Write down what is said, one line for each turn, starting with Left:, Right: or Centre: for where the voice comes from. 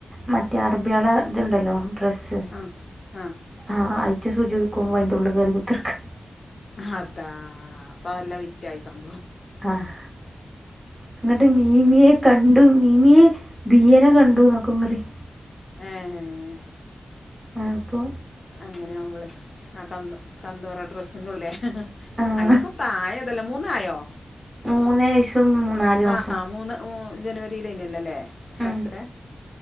Right: മറ്റേ അറബികൾ. ഇതുണ്ടല്ലോ ഡ്രസ്സ്‌
Left: ആ ആ
Right: ആഹ് അയച്ചു സുജു. ക്കുമ്പോ അതിന്റെ ഉള്ളിൽ കയറി കുത്തിരിക്കു.
Left: അതാ അപ്പൊ നല്ല വ്യത്യാസം.
Right: ആഹ് അന്നിട്ട് മീമിയെ ക ണ്ട് മീമിയെ ബിയനെ കണ്ടുന്നൊക്കെ പറയും.
Left: ആഹ് ആഹ്
Right: അപ്പോ
Left: അങ്ങനെ ആകുമ്പോഴേ ആ കന്നു. <unintelligible> ഡ്രസ്സിനുള്ളിലെ
Right: ആ
Left: അതിനിപ്പോ പ്രായം ഇതല്ലേ മൂന്നായോ
Right: മൂന്ന് വയസ്സും മൂ- നാല് മാസം
Left: ആഹ് മൂന്ന് മൂ ജനുവരിയിലെ ഇല്ലല്ലേ അല്ലെ. ബർത്ത്
Right: ഉം,
Left: ഡേ